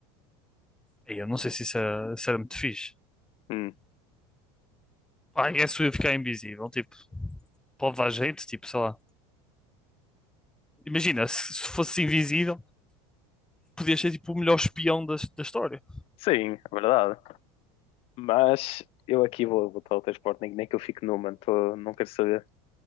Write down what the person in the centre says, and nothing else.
Ei, Eu não sei se isso, é, se era muito fixe.
Ah, é se eu ficar invisível, tipo, pode dar jeito, tipo, sei lá. Imagina, se, se fosse invisível, podias ser tipo o melhor espião da, da história.